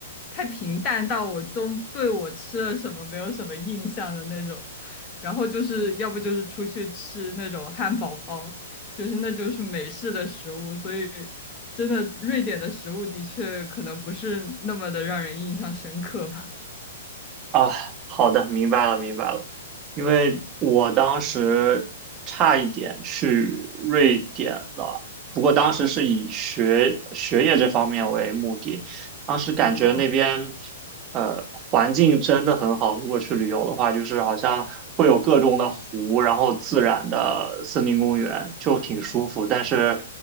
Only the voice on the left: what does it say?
太平淡到我都对我吃了什么没有什么印象的那种，然后就是要不就是出去吃那种汉堡包。就是那就是美式的食物，所以真的瑞典的食物的确可能不是那么的让人印象深刻吧。
哦，